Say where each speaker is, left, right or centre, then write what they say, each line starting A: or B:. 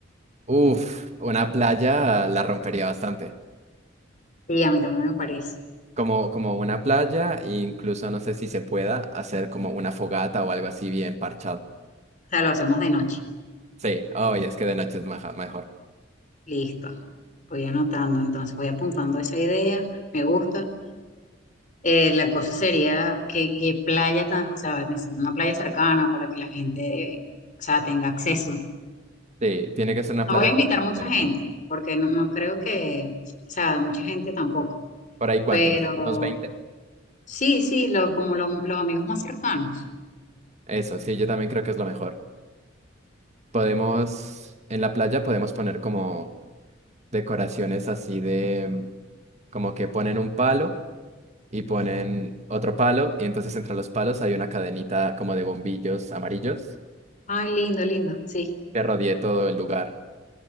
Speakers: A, on the right; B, on the left.
A: Uf, una playa la rompería bastante.
B: Sí, a mí también me parece.
A: Como, como una playa, e incluso no sé si se pueda hacer como una fogata o algo así bien parchado.
B: O sea, lo hacemos de noche.
A: Sí, oh, ya es que de noche es maja- mejor.
B: Listo. Voy anotando, entonces voy apuntando esa idea. Me gusta. Eh, la cosa sería que, que playa, tan, o sea, necesito una playa cercana para que la gente, eh, o sea, tenga acceso.
A: Sí, tiene que ser una playa
B: No voy a invitar
A: que
B: mucha
A: cerca.
B: gente, porque no, no creo que, o sea, mucha gente tampoco.
A: ¿Por ahí cuántos?
B: Pero
A: ¿Unos 20?
B: sí, sí, lo, como lo- los amigos más cercanos.
A: Eso, sí, yo también creo que es lo mejor. Podemos, en la playa podemos poner como decoraciones así de, mm, como que ponen un palo y ponen otro palo y entonces entre los palos hay una cadenita como de bombillos amarillos
B: Ay, lindo, lindo, sí.
A: que rodee todo el lugar.